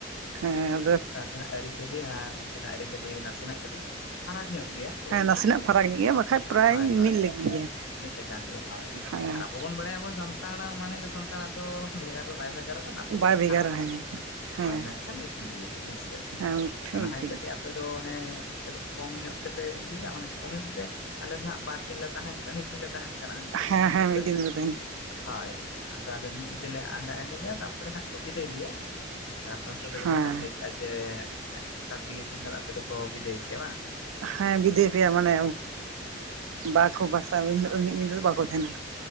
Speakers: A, on the right; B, on the left.
A: ᱦᱮᱸ ᱟᱫᱚ
B: ᱚᱱᱛᱮᱱᱟᱜ ᱟᱹᱨᱤᱼᱪᱟᱹᱞᱤ ᱟᱨ ᱱᱚᱛᱮᱱᱟᱜ ᱟᱹᱨᱤᱼᱪᱟᱹᱞᱤ ᱱᱟᱥᱮᱱᱟᱜ ᱠᱟᱹᱴᱤᱡ ᱯᱷᱟᱨᱟᱠ ᱧᱚᱜ ᱜᱮᱭᱟ ᱛᱚ
A: ᱦᱮᱸ
B: ᱚᱱᱠᱟ
A: ᱱᱟᱥᱮᱱᱟᱜ
B: ᱜᱮ
A: ᱯᱷᱟᱨᱟᱠ ᱧᱚᱜ ᱜᱮᱭᱟ ᱵᱟᱠᱷᱟᱡ ᱯᱨᱟᱭ
B: ᱦᱳᱭ ᱦᱳᱭ
A: ᱢᱤᱫ ᱞᱮᱠ ᱜᱮᱭᱟ
B: ᱢᱤᱫ ᱞᱮᱠᱟᱱ ᱜᱮᱭᱟ ᱦᱳᱭ
A: ᱦᱮᱸ
B: ᱟᱨ ᱟᱵᱚ ᱵᱚᱱ ᱵᱟᱲᱟᱭᱟ ᱟᱵᱚ ᱥᱟᱱᱛᱟᱲ ᱢᱟᱱᱮ ᱜᱮ ᱥᱟᱱᱛᱟᱲ ᱟᱜ ᱫᱚ ᱵᱷᱮᱜᱟᱨ ᱫᱚ ᱵᱟᱭ ᱵᱷᱮᱜᱟᱨᱚᱜᱼᱟ ᱱᱟᱥᱮ ᱠᱟᱹᱴᱤᱡ
A: ᱵᱟᱭ ᱵᱷᱮᱜᱟᱨᱟ
B: ᱯᱷᱟᱨᱟᱠᱚᱜᱼᱟ
A: ᱦᱮᱸ ᱦᱮᱸ
B: ᱦᱳᱭ ᱢᱮᱱᱠᱷᱟᱱ ᱮᱠᱤ ᱜᱮᱭᱟ ᱦᱮᱸ ᱥᱮ
A: ᱦᱮᱸ ᱢᱤᱫᱴᱷᱮᱱ
B: ᱱᱟᱦᱟᱭ
A: ᱢᱤᱫᱴᱤᱡ
B: ᱠᱟᱹᱴᱤᱡ ᱟᱯᱮ ᱫᱚ ᱚᱱᱮ ᱠᱟᱹᱴᱤᱡ ᱠᱚᱢ ᱧᱚᱜ ᱛᱮᱯᱮ ᱤᱫᱤᱭᱮᱫᱟ ᱢᱟᱱᱮ ᱠᱚᱢ ᱧᱚᱜ ᱯᱮ ᱟᱞᱮ ᱫᱚ ᱦᱟᱸᱜ ᱵᱟᱨ ᱫᱤᱱ ᱞᱮ ᱛᱟᱦᱮᱱ ᱠᱟᱱᱟ ᱢᱤᱫ ᱫᱤᱱ ᱞᱮ ᱛᱟᱦᱮᱱ ᱠᱟᱱᱟ ᱢᱤᱫ
A: ᱦᱮᱸ
B: ᱫᱤᱱ
A: ᱦᱮᱸ
B: ᱯᱩᱨᱟᱹ᱾
A: ᱢᱤᱫ ᱫᱤᱱ
B: ᱦᱳᱭ ᱟᱫᱚ ᱟᱞᱮ ᱢᱤᱫ ᱧᱤᱫᱟᱹ ᱞᱮ ᱟᱸᱜᱟᱭᱟ ᱮᱱᱮᱡᱟ ᱛᱟᱨᱯᱚᱨᱮ ᱦᱟᱸᱜ ᱠᱚ ᱵᱤᱫᱟᱹᱭ ᱞᱮᱭᱟ᱾ ᱟᱯᱮ ᱚᱱᱛᱮ ᱫᱚ
A: ᱦᱮᱸ
B: ᱡᱟᱦᱟᱸ ᱞᱮᱠᱟᱢ ᱞᱟᱹᱭ ᱠᱮᱫᱟ ᱡᱮ ᱮᱠᱴᱟ ᱫᱤᱜᱮ ᱠᱷᱚᱱ ᱟᱯᱮ ᱫᱚ ᱠᱚ ᱵᱤᱫᱟᱹᱭ ᱯᱮᱭᱟ ᱵᱟᱝ?
A: ᱦᱮᱸ ᱵᱤᱫᱟᱹᱭ ᱯᱮᱭᱟ ᱢᱟᱱᱮ ᱵᱟᱠᱚ ᱵᱟᱥᱟ ᱢᱤᱫ ᱧᱤᱫᱟᱹ ᱫᱚ ᱵᱟᱠᱚ ᱛᱟᱦᱮᱱᱟ᱾